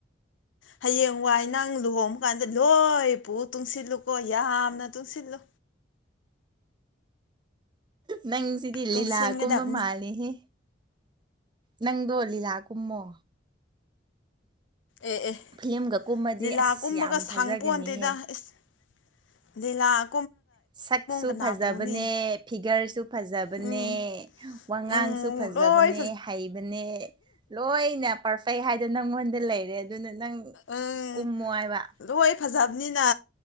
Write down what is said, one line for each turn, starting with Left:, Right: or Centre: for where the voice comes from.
Left: ꯍꯌꯦꯡ ꯋꯥꯏ ꯅꯪ ꯂꯨꯍꯣꯡꯕ ꯀꯥꯟꯗ ꯂꯣꯏ ꯄꯨ ꯇꯨꯡꯁꯤꯜꯂꯨꯀꯣ ꯌꯥꯝꯅ ꯇꯨꯡꯁꯤꯜꯂꯨ
Right: ꯅꯪꯁꯤꯗꯤ
Left: ꯇꯨꯡꯁꯤꯟꯒꯗꯕꯅꯤ
Right: ꯂꯤꯂꯥꯀꯨꯝꯕ ꯃꯥꯜꯂꯤꯍꯦ ꯅꯪꯗꯣ ꯂꯤꯂꯥ ꯀꯨꯝꯃꯣ
Left: ꯑꯦ ꯑꯦ
Right: ꯐꯤꯂꯝꯒ ꯀꯨꯝꯃꯗꯤ
Left: ꯂꯤꯂꯥ
Right: ꯑꯁ
Left: ꯀꯨꯝꯕꯒ
Right: ꯌꯥꯝ ꯐꯖꯒꯅꯤꯍꯦ
Left: ꯁꯪ ꯄꯣꯟꯗꯦꯗ ꯑꯦꯁ ꯂꯤꯂꯥ
Right: ꯁꯛꯁꯨ
Left: ꯀꯅꯥ
Right: ꯐꯖꯕꯅꯦ
Left: ꯄꯨꯅꯤ
Right: ꯐꯤꯒꯔꯁꯨ ꯐꯖꯕꯅꯦ
Left: ꯎꯝ
Right: ꯋꯥꯉꯥꯡꯁꯨ
Left: ꯎꯝ
Right: ꯐꯖꯕꯅꯦ
Left: ꯂꯣꯏ
Right: ꯍꯩꯕꯅꯦ ꯂꯣꯏꯅ ꯀꯩ ꯍꯥꯏꯗꯣ ꯅꯪꯉꯣꯟꯗ ꯂꯩꯔꯦ ꯑꯗꯨꯅ ꯅꯪ
Left: ꯎꯝ
Right: ꯀꯨꯝꯃꯣ ꯍꯥꯏꯕ
Left: ꯂꯣꯏ ꯐꯖꯕꯅꯤꯅ